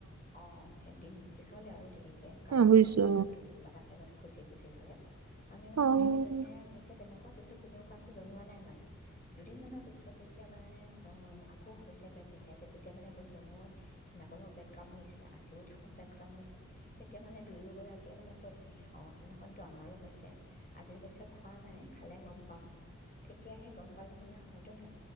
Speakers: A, on the left; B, on the right.
A: অ সদিন পিছলৈ আৰু দেৰি তে কামুৰিছে
B: অ বুজিছো
A: মানে, পেটটো কোনোবা এটা চাইডত খুচি খুচি ধৰে আমি মানে
B: অ অ
A: গোটেই কেইজনীয়ে হৈছ তেনেকুৱা কিন্তু কোনেও কাকো জনোৱা নাই মানে দুদিনমানৰ পিছত যেতিয়া মানে আকৌ হৈছে পেট বিষাইছে তেতিয়া মানে কৈছোঁ মোৰ সেইদিনাখনো পেট কামুৰিছে আজিও দেখন পেট কামুৰিছে তেতিয়া মানে দুয়োগৰাকীয়ে মানে কৈছে অঁ সেইদিনাখনতো আমাৰো হৈছে আজি অৱশ্যে খোৱা নাই খালে গম পাম আৰু তেতিয়াহে গম পালোঁ মানে হয়তো গ